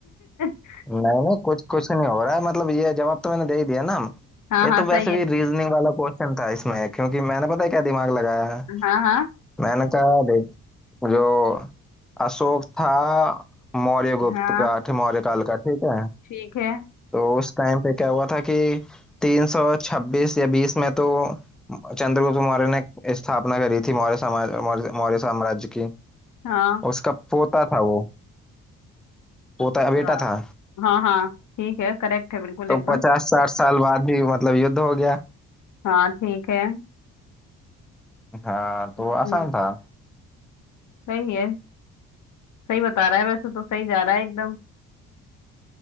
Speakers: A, on the left (about 45°); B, in the centre.
A: <laughs>
B: नहीं नहीं कुछ कुछ नहीं हो रहा है मतलब ये जवाब तो मैंने दे ही दिया ना
A: हाँ
B: ये
A: हाँ
B: तो
A: सही
B: वैसे
A: है
B: भी रीजनिंग वाला क्वेश्चन था इसमें क्योंकि मैंने पता है क्या दिमाग लगाया है
A: हाँ हाँ
B: मैंने कहा जो अशोक था मौर्य गुप्त
A: हाँ
B: का ठी- मौर्य काल का ठीक है
A: ठीक है
B: तो उस टाइम पे क्या हुआ था कि 326 या 20 में तो चंद्रगुप्त मौर्य ने स्थापना करी थी मौर्य समाज मौर्य मौर्य साम्राज्य की
A: हाँ
B: उसका पोता था वो पोता
A: अच्छा
B: बेटा था
A: हाँ हाँ ठीक है करेक्ट है बिल्कुल
B: तो
A: एकदम
B: पचास साठ साल बाद ही मतलब युद्ध हो गया
A: हाँ ठीक है
B: हाँ तो
A: हम्म
B: आसान था
A: सही है सही बता रहा है वैसे तो सही जा रहा है एकदम